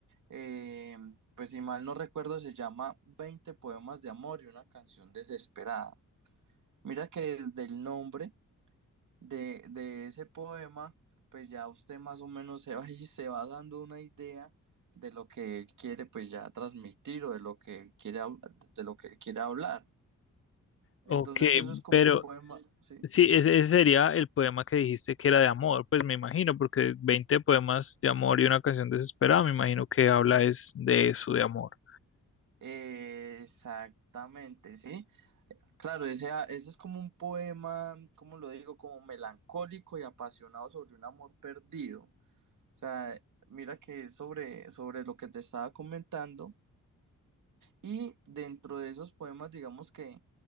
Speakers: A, on the right; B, on the left.
A: eh, pues si mal no recuerdo, se llama Veinte poemas de amor y una canción desesperada. Mira que desde el nombre de, de ese poema, pues ya usted más o menos se va <laughs> y se va dando una idea de lo que él quiere pues ya transmitir o de lo que quiere hab- de lo que quiere hablar.
B: Ok,
A: Entonces eso es como
B: pero
A: un poema, ¿sí?
B: sí, ese, ese sería el poema que dijiste que era de amor, pues me imagino, porque veinte poemas de amor y una canción desesperada, me imagino que habla es de eso, de amor.
A: Eh, Exactamente, sí. Claro, ese, ah, ese es como un poema, como lo digo? Como melancólico y apasionado sobre un amor perdido. O sea, mira que es sobre, sobre lo que te estaba comentando Y dentro de esos poemas, digamos que